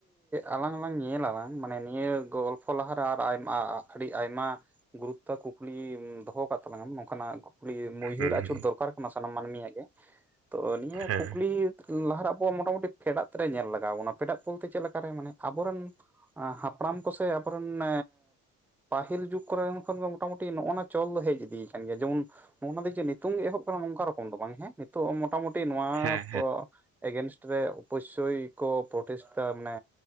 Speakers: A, in the centre; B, on the right.
A: ᱟᱞᱟᱝ ᱞᱟᱝ ᱧᱮᱞᱟᱞᱟᱝ ᱢᱟᱱᱮ ᱱᱤᱭᱟᱹ ᱜᱚᱞ ᱯᱷᱚ ᱞᱟᱦᱟᱨᱮ ᱟᱨ ᱟᱭᱢᱟ ᱟᱹᱰᱤ ᱟᱭᱢᱟ ᱜᱩᱨᱩᱛᱛᱚ ᱠᱩᱠᱞᱤ ᱫᱚᱦᱚ ᱟᱠᱟᱫ ᱛᱟᱞᱟᱝᱟ ᱱᱚᱝᱠᱟᱱᱟᱜ ᱠᱩᱠᱞᱤ ᱢᱩᱦᱩᱨ
B: ᱦᱮᱸ
A: ᱟᱹᱪᱩᱨ ᱫᱚᱨᱠᱟᱨ ᱠᱟᱱᱟ ᱥᱟᱱᱟᱢ ᱢᱟᱹᱱᱢᱤᱭᱟᱜ ᱜᱮ ᱛᱚ ᱱᱤᱭᱟᱹ
B: ᱦᱮᱸ
A: ᱠᱩᱠᱞᱤ ᱞᱟᱦᱟᱨᱮ ᱟᱵᱚ ᱢᱚᱴᱟᱢᱩᱴᱤ ᱯᱷᱮᱰᱟᱜ ᱨᱮ ᱧᱮᱞ ᱞᱟᱜᱟᱣ ᱵᱚᱱᱟ ᱯᱷᱮᱰᱟᱜ ᱵᱚᱞᱛᱮ ᱪᱮᱫ ᱞᱮᱠᱟᱨᱮ ᱢᱟᱱᱮ ᱟᱵᱚᱨᱮᱱ ᱟᱸ ᱦᱟᱯᱲᱟᱢ ᱠᱚᱥᱮ ᱟᱵᱚᱨᱮᱱ ᱮᱸ ᱯᱟᱦᱤᱞ ᱡᱩᱜᱽ ᱠᱚᱨᱮ ᱞᱮᱱᱠᱷᱟᱱ ᱫᱚ ᱢᱚᱴᱟᱢᱩᱴᱤ ᱱᱚᱜᱼᱱᱟ ᱪᱚᱞ ᱫᱚ ᱦᱮᱡ ᱤᱫᱤᱭ ᱠᱟᱱ ᱜᱮᱭᱟ ᱡᱮᱢᱚᱱ ᱦᱚᱜᱱᱟ ᱡᱮ ᱱᱤᱛᱚᱝ ᱜᱮ ᱮᱦᱚᱵ ᱟᱠᱟᱱᱟ ᱱᱚᱝᱠᱟ ᱨᱚᱠᱚᱢ ᱫᱚ ᱵᱟᱝ ᱦᱮᱸ ᱱᱤᱛᱚᱜ ᱢᱚᱴᱟᱢᱩᱴᱤ ᱴᱤ ᱱᱚᱣᱟ
B: ᱦᱮᱸ
A: ᱠᱳ ᱮᱜᱮᱱᱥᱴ ᱨᱮ ᱯᱚᱥᱥᱳᱭ ᱠᱚ ᱯᱨᱚᱴᱮᱥᱴ ᱫᱟ ᱢᱟᱱᱮ